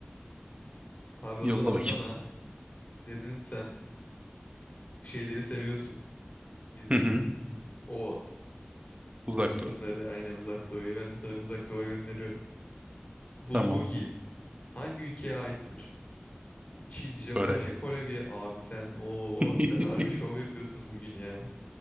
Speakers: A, on the left; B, on the right.
A: Abi o
B: <laughs> Yolla
A: zaman
B: bakayım.
A: sana dedin sen şeyleri seviyorsun bizim.
B: Hı hı.
A: O
B: Uzak
A: kısımları
B: doğru.
A: aynen Uzak Doğu'ya. Ben de sana Uzak Doğu'ya gönderiyorum. Bulgogi
B: Tamam.
A: hangi ülkeye aittir? Çin, Japonya,
B: Kore.
A: Kore bir abi sen ooo
B: <laughs>
A: sen harbi şov yapıyorsun bugün ya.